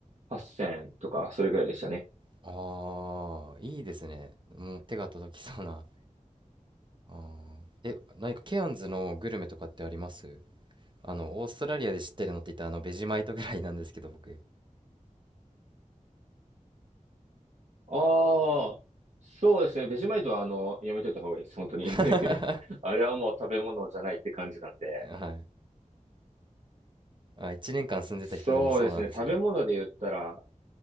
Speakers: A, on the right; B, on the right.
A: 8000とか、それぐらいでしたね。
B: ああ、いいですね。もう手が届きそうな。あーえ、何かケアンズのグルメとかってありますあの、オーストラリアで知ってるのって言ったらあの、ベジマイトぐらいなんですけど、僕。
A: ああ、そうですね。ベジマイトはあの、やめといた方がいいです。本当に。
B: <laughs> は
A: <laughs> あれはもう食べ物じゃないって感じなんで。
B: い。あ、1年間住んでた人でもそうなんですね。
A: そうですね。食べ物で言ったら、